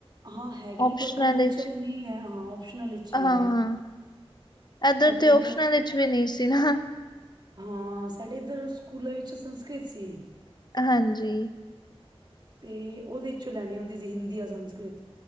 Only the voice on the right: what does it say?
ਹਾਂ ਹੈਗੀ
ਪਰ ਕੰਪਲਸ਼ਨ
ਨੀ ਹੈ, ਹਾਂ ਓਪਸ਼ਨਲ ਵਿੱਚ ਹੀ
ਹੈ
ਬਟ
ਹੁਣ
ਹਾਂ ਸਾਡੇ ਏਧਰ ਸਕੂਲਾਂ ਵਿੱਚ ਸੰਸਕ੍ਰਿਤ ਸੀ।
ਤੇ ਔਦੇ ਚੋਂ ਲੈਣੀ ਹੁੰਦੀ ਸੀ, ਹਿੰਦੀ ਯਾ ਸੰਸਕ੍ਰਿਤ।